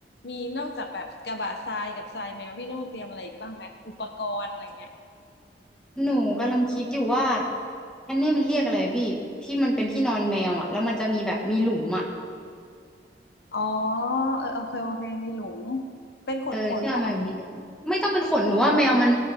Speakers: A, on the left; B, in the centre.
A: มีนอกจากแบบกระบะทรายกับทรายแมวพี่ต้องเตรียมอะไรอีกบ้างไหมอุปกรณ์อะไรเงี้ย
B: หนูกำลังคิดอยู่ว่าอันนี้มันเรียกอะไรพี่ที่มันเป็นที่นอนแมวอะแล้วมันจะมีแบบมีหลุมอะ
A: อ๋อเออโอเคโอเคมีหลุมเป็นขนขนเหรอ
B: เออที่เรามนแบบมีหนูไม่ต้องเป็นขนหนูว่าแมวมัน
A: นุ่ม